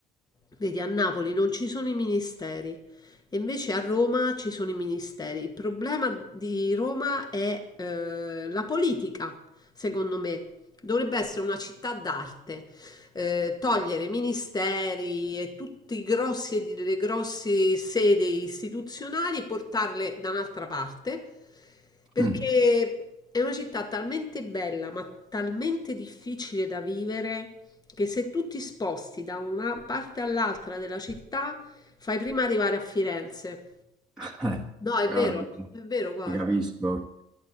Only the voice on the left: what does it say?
Vedi, a Napoli non ci sono i ministeri e invece a Roma ci sono i ministeri. Il problema di Roma è eh, la politica, secondo me. Dovrebbe essere una città d'arte. Eh, togliere ministeri e tutti i grossi, le grosse sedi istituzionali e portarle da un'altra parte, perché
è una città talmente bella, ma talmente difficile da vivere che se tu ti sposti da una parte all'altra della città, fai prima arrivare a Firenze.
No, è vero,
è vero, guarda.